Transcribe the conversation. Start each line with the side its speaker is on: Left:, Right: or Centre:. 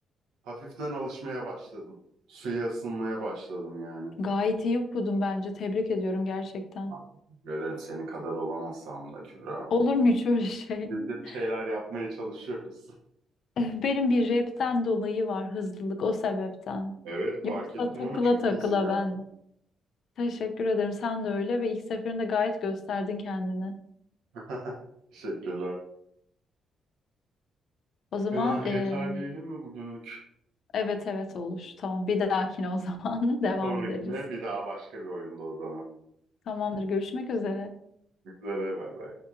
Right: hafiften alışmaya başladım. Suya ısınmaya başladım yani.
Left: Gayet iyi okudum bence. Tebrik ediyorum gerçekten.
Right: Teşekkür ederim senin kadar olamasam da Kübra.
Left: Olur mu hiç öyle şey?
Right: Biz de bir şeyler
Left: <laughs>
Right: yapmaya çalışıyoruz.
Left: Benim bir rapten dolayı var hızlılık o sebepten.
Right: Evet fark
Left: Yoksa
Right: ettim
Left: takıla
Right: ama çok
Left: takıla
Right: iyisin yani.
Left: ben de. Teşekkür ederim. Sen de öyle ve ilk seferinde gayet gösterdin kendini.
Right: <laughs> Teşekkürler.
Left: O zaman
Right: Ah,
Left: eee,
Right: yeter diyelim mi bugünlük?
Left: evet evet olur. Tamam bir dahakine o zaman <laughs> devam
Right: Sonrakine
Left: ederiz.
Right: bir daha başka bir oyunda o zaman.
Left: Tamamdır. Görüşmek üzere.
Right: Üzere bay bay.